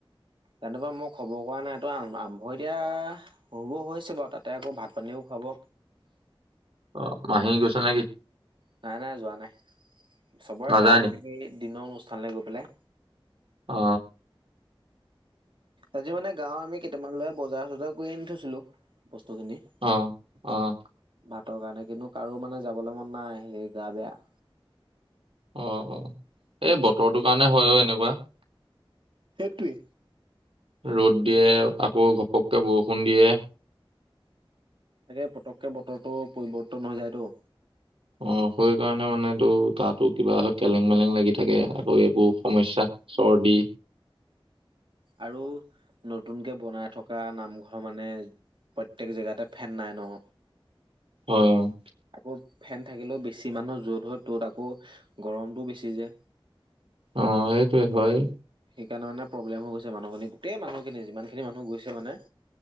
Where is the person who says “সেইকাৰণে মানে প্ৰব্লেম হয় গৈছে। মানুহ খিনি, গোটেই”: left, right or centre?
Right